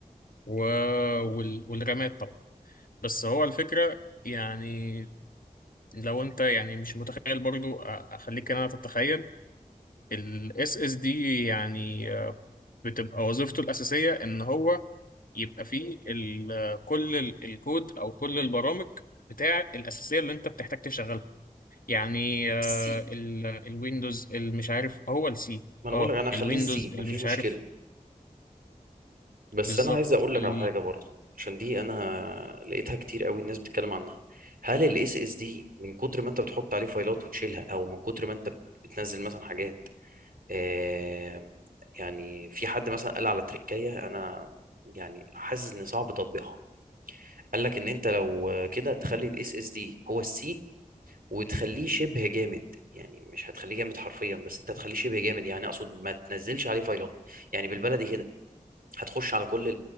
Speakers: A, on the left; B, on the right.
A: والرامات طبعا بس هو الفكرة يعني لو انت يعني مش متخيل برضو أ- اخليك انا تتخيل الاس اس دي يعني آه، بتبقى وظيفته الأساسية إن هو يبقى فيه ال- كل ال- الكود أو كل البرامج بتاع الأساسية اللي أنت بتحتاج تشغلها يعني آه،
B: السي
A: ال- الويندوز المش عارف هو السي
B: ما انا
A: اه
B: بقول لك انا هخليه
A: الويندوز
B: السي
A: المش
B: ما فيش مشكله
A: عارف
B: بس
A: بالظبط
B: انا عايز اقول لك
A: ال-
B: على حاجه برضه عشان دي انا لقيتها كتير قوي الناس بتتكلم عنها هل الاس اس دي من كتر ما انت بتحط عليه فايلات وتشيلها او من كتر ما انت بتنزل مثلا حاجات آه يعني في حد مثلا قال على تركية انا يعني حاسس ان صعب تطبيقها قال لك ان انت لو كده تخلي الاس اس دي هو السي وتخليه شبه جامد يعني مش هتخليه جامد حرفيا بس انت هتخليه شبه جامد يعني اقصد ما تنزلش عليه فايلات يعني بالبلدي كده هتخش على كل